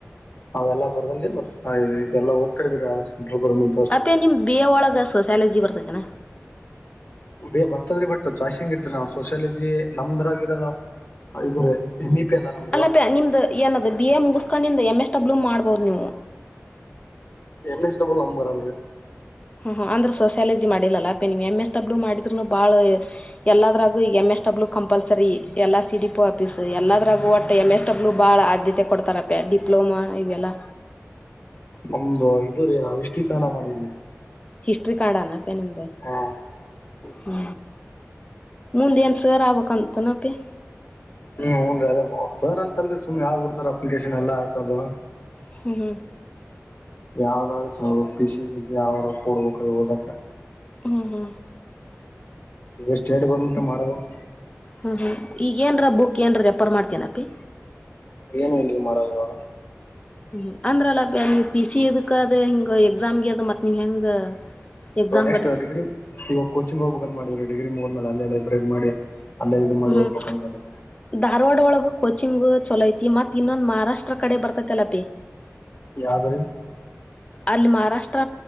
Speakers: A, on the left; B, on the left.
A: ಅವೆಲ್ಲಾ ಬರ್ದಲ್ಲಿ ಮತ್ತ ಇದೆಲ್ಲಾ ಓದತ್ತಾ ಇದರಿ ಆದರ್ ಸೆಂಟ್ರಲ್ ಗೋರ್ಮೆಂಟ್.
B: ಅಪ್ಪ್ಯಾ ನಿಮ್ಮ್ದ ಬಿ ಎ ಒಳಗೆ ಸೋಸ್ಯಾಲಜಿ ಬರ್ತತೆತನ.
A: ಬೇ ಬರ್ತದ್ರಿ ಬಟ್ ಚಾಯ್ಸಿಂಗ್ ಇರ್ತರಿ ನಾವು ಸೋಷಿಯಾಲಜಿ ನಮ್ದ್ರಗರೋದು. ಇದುರಿ ಎನ್ ಇ ಪಿ ಎಲ್ಲ ನಮ್ಮ
B: ಅಲ್ಲಪ್ಪ್ಯಾ ನಿಮ್ಮ್ದು ಏನದು ಬಿ ಎ ಮುಗಿಸ್ಕೊಂಡಿಂದ ಎಮ್ ಎಸ್ ಡಬ್ಲ್ಯೂ ಮಾಡ್ಬೋದು ನೀವು.
A: ಎಮ್ ಎಸ್ ಡಬ್ಲ್ಯೂ ನಮಗಬರಲ್ಲರೀ.
B: ಹು ಹು ಅಂದ್ರ ಸೋಸ್ಯಾಯಾಲಜಿ ಮಾಡಿಲ್ಲಲ್ಲ ಅಪ್ಪ್ಯಾ ನೀವು ಎಮಂ ಎಸ್ ಡಬ್ಲ್ಯೂ ಮಾಡಿದ್ರುನು ಬಾಳ. ಎಲ್ಲದರಾಗೂ ಎಮ್ ಎಸ್ ಡಬ್ಲ್ಯೂ ಕಂಪಲ್ಸರಿ ಎಲ್ಲಾ ಸಿ ಡಿ ಪೊ ಆಫೀಸು ಎಲ್ಲದರಾಗೂ ಒಟ್ಟ. ತ್ತ ಎಮ್ ಎಸ್ ಡಬ್ಲು ಭಾಳ ಆದ್ಯತೆ ಕೊಡ್ತಾರಪ್ಪ್ಯಾ ಡಿಪ್ಲೊಮಾ ಇವೆಲ್ಲಾ.
A: ನಮ್ದು ಇದು ರೀ ನಾವು ಹಿಷ್ಟೀಕರಣ ಮಾಡಿವಿ.
B: ಹಿಸ್ಟ್ರಿ ಕನ್ನಡ್ದಾ ನು ಅಪ್ಪ್ಯಾ ನಿಮ್ದ.
A: ಹ್ಮ
B: ಹು ಮುಂದ ಏನ್ ಸರ್ ಆಬೇಕಬೇಕಂತನಪ್ಪಿ.
A: ಹು ಹುಡ್ರಿ ಅದೇ ಸರ್ ಅಂತಲ್ರಿ ಸುಮ್ಮ್ ಆಗ್ಬ ಬಿಡ್ತ ಅಪ್ಲಿಕೇಶನ್ ಎಲ್ಲಾ ಹಾಕೋದು.
B: ಹು ಹು
A: ಯಾವ್ದಾಗತ್ತ ನೋಡಬೇಕ ಪಿಸಿ ಪಿಸಿ ಯಾವಾರ ಕೊಡ್ಬೇಕ್ರಿ ಓದಕ್ಕ.
B: ಹ್ಮ್ ಹ್ಮ್
A: ಈಗ ಸ್ಟೇಟ್ ಗೌರ್ಮೆಂಟ್ ಮಾಡಬೇಕು
B: <unintelligible> ಹ್ಞೂ ಹ್ಞೂ ಈಗಏರ ಬುಕ್ ಏನರ ರೇಪ್ಪರ ಮಾಡ್ತೀನಪ್ಪಿ
A: ಏನ್ ಇಲ್ರಿ ಮಾಡಲ್ವಾಗ
B: ಹ್ಮ್ ಅಂದ್ರಲ್ಲ ನೀ ಪಿ ಸಿ ಇದಕ್ ಅದ ಹಿಂಗ ಎಕ್ಸಾಮ್ಗೆ ಅದ ಮತ್ತ ನೀವ್ ಹೆಂಗ ಎಕ್ಸಾಮ್
A: ಎಷ್ಟ
B: ಬರಿ
A: ಡಿಗ್ರಿ ಇವಾಗ ಕೋಚಿಂಗ್ ಹೋಗ್ಬಂತ ಮಾಡ್ರಿ ಡಿಗ್ರಿ ಮುಗ್ಮೇಲೆ ಅಲ್ಲೇ ಲೈಬ್ರರಿ ಮಾಡಿ ಅಲ್ಲೇ ಇದು ಮಾಡಿ
B: ಹ್ಮ್
A: ಹೋಗ್ಬೇಕು ಕನ್ಕೊಂಡಿದ್ದಿದೆ
B: ಧಾರವಾಡ ಒಳಗೆ ಕೋಚಿಂಗು ಚೊಲೋಐತಿ ಮತ್ ಮತ್ತು ಇನ್ನೊಂದು ಮಹಾರಾಷ್ಟ್ರ ಕಡೆ ಬರ್ತೈತಲ ಪಿ
A: ಯಾವದರೀ
B: ಅಲ್ಲಿ ಮಹಾರಾಷ್ಟ್ರ